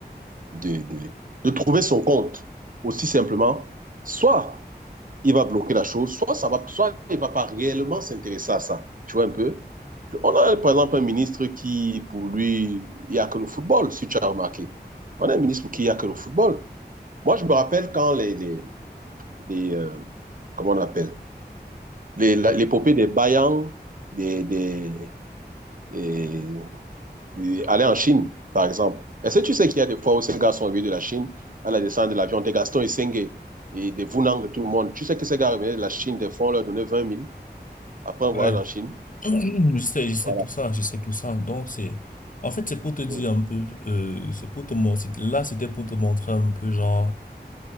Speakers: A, on the right; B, on the left.
A: de, de, de trouver son compte, aussi simplement, soit il va bloquer la chose, soit, ça va, soit il ne va pas réellement s'intéresser à ça. Tu vois un peu? On a par exemple un ministre qui, pour lui, il n'y a que le football, si tu as remarqué. On a un ministre pour qui il n'y a que le football. Moi, je me rappelle quand les, les, les, euh, comment on appelle, les, la- l'épopée des Bayang, des, des, et- et aller en Chine, par exemple. Est-ce que tu sais qu'il y a des fois où ces gars sont venus de la Chine à la descente de l'avion, des Gaston Isengé et des Vunang de tout le monde. Tu sais que ces gars revenaient de la Chine, des fois, on leur donnait vingt mille après un
B: Ouais,
A: voyage en Chine.
B: <clears throat> Je sais, je sais
A: Voilà.
B: tout ça, je sais tout ça. Donc, c'est, en fait, c'est pour te dire
A: Oui.
B: un peu, euh, c'est pour te montrer, là, c'était pour te montrer un peu, genre,